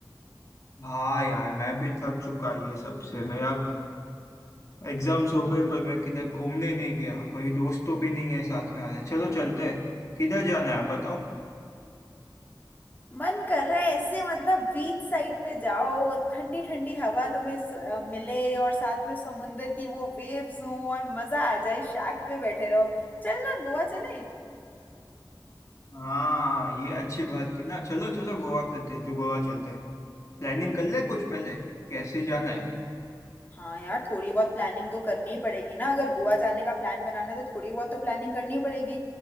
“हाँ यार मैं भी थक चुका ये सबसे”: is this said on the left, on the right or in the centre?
Left